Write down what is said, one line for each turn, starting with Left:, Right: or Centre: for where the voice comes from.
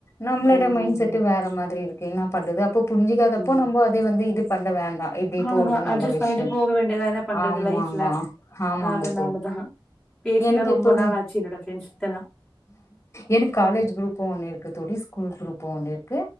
Left: நம்மளோட
Centre: ம் ம்
Left: மைண்ட் செட்டு வேற மாதிரி இரு கு என்ன பண்ணுறது அப்போப் புரிஞ்சிக்காதப்போ
Centre: ம்.
Left: நம்ம அதே வந்து இது க வேண்டா இப்டி
Centre: அவ்ளோதா
Left: போர்து நல்ல
Centre: அட்ஜஸ்ட்
Left: விஷ்யோ
Centre: பண்ணிட்டு போக வேண்டியதா என்ன பண்றது
Left: ஆமாங்க
Centre: லைஃப்ல
Left: ஆமாங்க
Centre: அதனாலதா
Left: தோ
Centre: பேசிலா
Left: எனக்கு
Centre: ரொம்ப
Left: இப்பவே
Centre: நாள் ஆச்சு என்னோட ஃப்ரெண்ட்ஸ் கிட்டலா
Left: எனுக் காலேஜ் குரூப் ஒண்ணு இருக்கு தோ ழி ஸ்கூல் குரூப்பு ஒண்ணு இரு க்கு